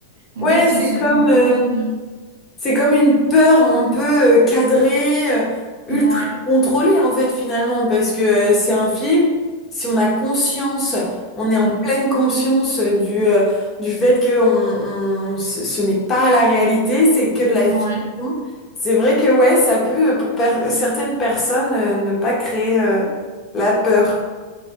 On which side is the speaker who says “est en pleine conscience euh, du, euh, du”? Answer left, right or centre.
Left